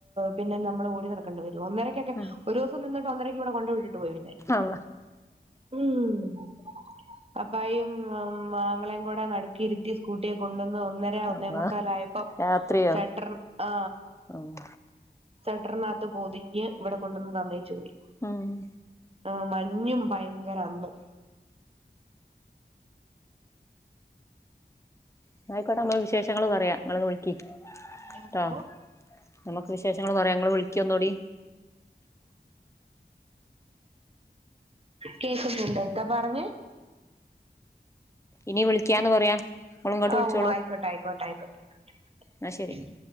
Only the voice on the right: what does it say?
പിന്നെ നമ്മള് ഓടി നടക്കണ്ട വരും ഒന്നരക്കെക്കെ
ഒരൂസം നിന്നിട്ട് ഒന്നരക്ക് ഇവിടെ കൊണ്ട് വിട്ടിട്ട് പോയി എന്നെ
ഉം. അപ്പായും <unintelligible> ആങ്ങളേം കൂടെ നടുക്കിരുത്തി സ്കൂട്ടിയെ കൊണ്ടുവന്നു ഒന്നര ഒന്നേമുക്കാലായ
<unintelligible> ആ
<unintelligible> നാത്ത് പൊതി ഞ്ഞ് ഇവിടെ കൊണ്ടുവന്ന് തന്നേച്ചു പോയി.
ആഹ് മഞ്ഞും ഭയങ്കര അന്ന്.
എന്തോ
കേക്കുന്നുണ്ടോ ഇത്താ പറഞ്ഞെ?
ആഹ്
ഓ ആയിക്കോട്ടെ ആയിക്കോട്ടെ ആയിക്കോട്ടെ ആയിക്കോട്ടെ ആയിക്കോട്ടെ.